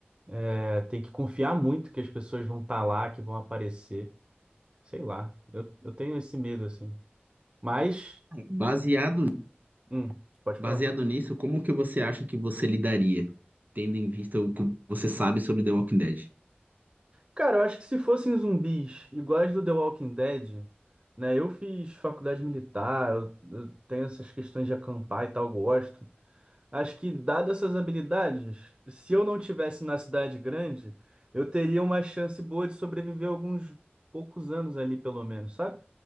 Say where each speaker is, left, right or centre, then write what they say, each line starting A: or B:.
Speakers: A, on the right; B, on the right.
A: é, tem que confiar muito que as pessoas vão estar lá, que vão aparecer. Sei lá, eu, eu tenho esse medo, assim. Mas,
B: Baseado,
A: hum, pode
B: baseado
A: falar.
B: nisso, como que você acha que você lidaria, tendo em vista o que você sabe sobre The Walking Dead?
A: Cara, eu acho que se fossem zumbis iguais do The Walking Dead, né? Eu fiz faculdade militar, eu, eu tenho essas questões de acampar e tal, gosto. Acho que, dadas essas habilidades, se eu não tivesse na cidade grande, eu teria uma chance boa de sobreviver alguns poucos anos ali, pelo menos, sabe?